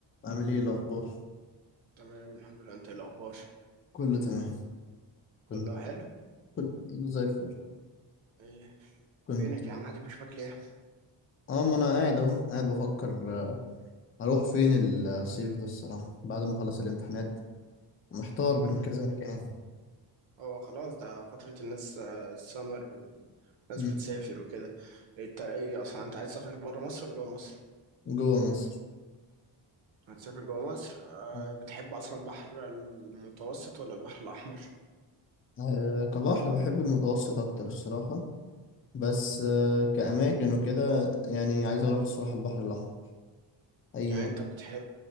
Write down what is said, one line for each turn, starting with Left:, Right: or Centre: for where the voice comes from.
Left: عامل ايه الاخبار
Right: تمام الحمد لله انت ايه الاخبار
Left: كله تمام
Right: كله
Left: كنت
Right: حلو
Left: كنت زي الفل
Right: ايه
Left: كنت
Right: فينك يا عم محدش بيشوفك ليه
Left: اه ما انا قاعد اهو قاعد بفكر آه، هروح فين الصيف ده الصراحه بعد ما اخلص الامتحانات ومحتار بين
Right: مم.
Left: كذا مكان
Right: هو خلاص ده فترة الناس آه، السمر والناس
Left: مم.
Right: بتسافر وكده انت ايه اصلا انت عايز تسافر بره مصر ولا جوه مصر
Left: جوه مصر
Right: هتسافر جوه مصر أه
Left: مم.
Right: بتحب اصلا البحر المتوسط ولا البحر الاحمر
Left: آه كبحر بحب المتوسط اكتر الصراحه بس آه كاماكن وكده يعني عايز اروح الصراحه البحر الاحمر اي
Right: يعني
Left: م-
Right: انت بتحب